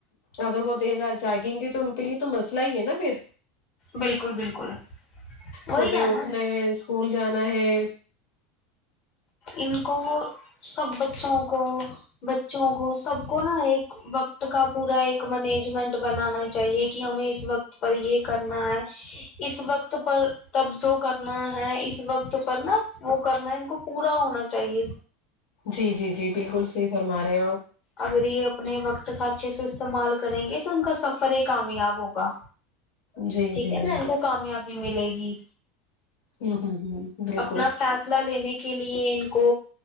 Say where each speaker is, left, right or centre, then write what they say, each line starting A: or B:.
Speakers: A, on the left; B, on the left.
A: اگر وہ دیر رات جاگیں گے تو ان کے لیے تو مسئلہ ہی ہے نا پھر
B: بالکل بالکل وہی
A: صبح
B: ہے
A: اٹھنا
B: نا
A: ہے اسکول جانا ہے
B: ان کو سب بچوں کو بچوں کو سب کو نا ایک وقت کا پورا ایک مینجمنٹ بنانا چاہیے کہ ہمیں اس وقت پر یہ کرنا ہے اس وقت پر تبزو کرنا ہے اس وقت پر نا وہ کرنا ہے ان کو پورا ہونا چاہیے
A: جی جی جی بالکل صحیح فرما رہے ہیں آپ
B: اگر یہ اپنے وقت کا اچھے سے استعمال کریں گے تو ان کا سفر ہی کامیاب ہوگا
A: جی
B: ٹھیک
A: جی
B: ہے
A: ہوں
B: نا ان کو کامیابی ملے گی
A: ہوں ہوں ہوں بالکل
B: اپنا فیصلہ لینے کے لیے ان کو